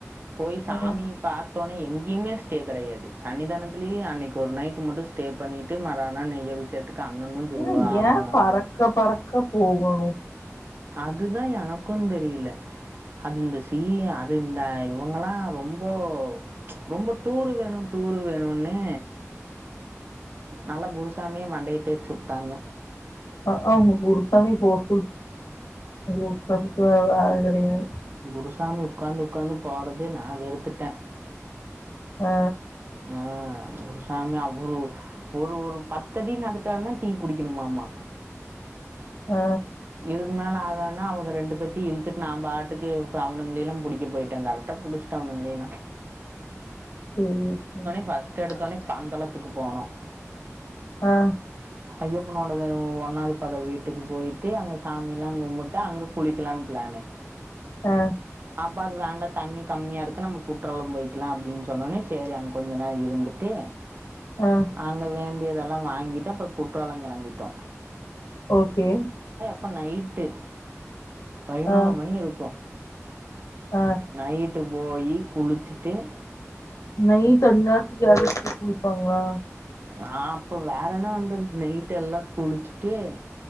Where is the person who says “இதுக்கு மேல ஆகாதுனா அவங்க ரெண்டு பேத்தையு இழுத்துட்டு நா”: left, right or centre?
Right